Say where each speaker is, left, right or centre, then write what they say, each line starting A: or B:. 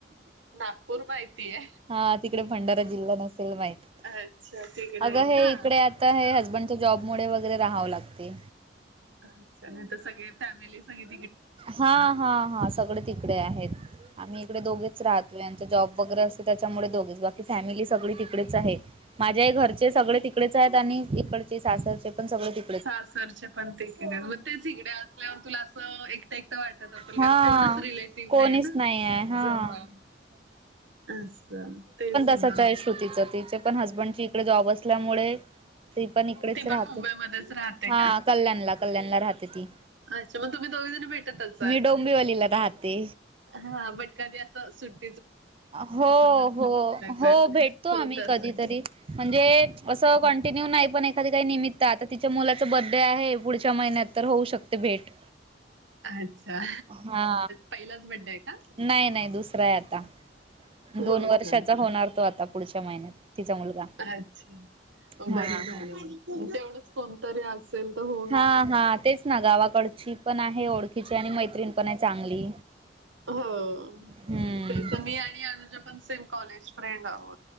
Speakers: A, on the right; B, on the right.
A: नागपूर माहितीये.
B: हां तिकडे भंडारा जिल्हा नसेल माहित
A: अच्छा तिकडे आहे
B: अगं हे
A: का
B: इकडे आता काय हसबंडच्या जॉबमुळे वगैरे राहावं लागते.
A: अच्छा नाही तर सगळे फॅमिली सहित
B: हां हां हां सगळे तिकडे आहेत. आम्ही इकडे दोघेच राहतो यांच जॉब वगैरे अस ते त्याच्यामुळे दोघेच, बाकी फॅमिली सगळी तिकडेच आहे माझ्याही घरचे सगळे तिकडे च आहेत आणि इकडचे सासर चे पण सगळे ति
A: सासरचे पण तिकडेच मग तेच इकडे असल्यावर तुला अस एक ट एकट वाटत असेल
B: हा
A: कारण कोणच रिलेटिव
B: कोणीच
A: नाही ना
B: आहे हा.
A: जवळ असं तेच ना
B: असच आहे श्रुतीच तिचे पण हसबंड ची इकडे जॉब असल्यामुळे ती पण इकडेच
A: ती पण
B: राहते,
A: मुंबईमध्येच राहते
B: हां
A: का
B: कल्याणला कल्याणला राहते ती.
A: अच्छा मग तुम्ही दोघी जणी भेटत असाल?
B: मी डोंबिवलीला राहते
A: हां बट कधी असं सुट
B: हो हो हो
A: तर
B: भेटतो
A: होत
B: आम्ही
A: असेल
B: कधीतरी म्हणजे अस क कंटिन्यू नाही पण एखादी काही निमित्त आता तिच्या मुलाचा बड्डे आहे पुढच्या महिन्यात तर होऊ शकते भेट.
A: अच्छा
B: हा
A: पहिलाच बड्डे आहे का?
B: नाही नाही दुसरा आहे आता.
A: हो
B: दोन वर्षाचा
A: का
B: होणार तो आता पुढच्या महिन्यात तिचा मुलगा.
A: अच्छा!
B: हा
A: बरं
B: हा
A: झालं, तेवढंच कोणतरी असेल तर होऊ
B: हां हां तेच ना गावाकडची पण आहे ओळखीची आणि मैत्रीण पण आहे चांगली.
A: हो
B: हम्म
A: तेच मी आणि अनुजा पण सेम कॉलेज फ्रेंड आहोत.